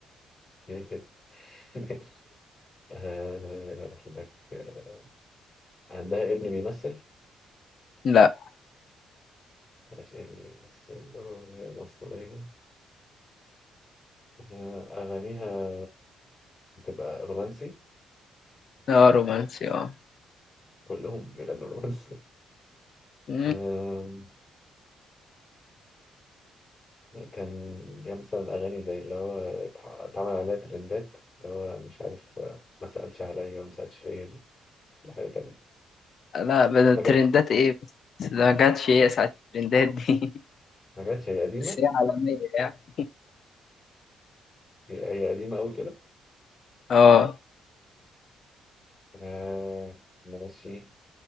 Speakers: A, on the left (about 35°); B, on the left (about 55°).
A: هي كده <laughs> آه، أقول لك آه، عندها ابن بيمثل
B: لا
A: ماشي يعني بيمثل وهي مصرية آه، أغانيها بتبقى رومانسي
B: اه رومانسي اه
A: كلهم بيغنوا رومانسي
B: مم.
A: آم، كان ليها مثلا أغاني زي اللي هو اتح- اتعمل عليها ترندات اللي هو مش عارف آه، ما سألش عليا وما سألش فيا دي لا حاجة تانية
B: لا بدل
A: ما
B: ترندات
A: جت
B: ايه بس بس ده ما جاتش ايه ساعة الترندات دي
A: ما جاتش هي
B: <laughs>
A: قديمة
B: بس هي عالمية يعني
A: هي هي قديمة أوي كده
B: اه
A: آه، ماشي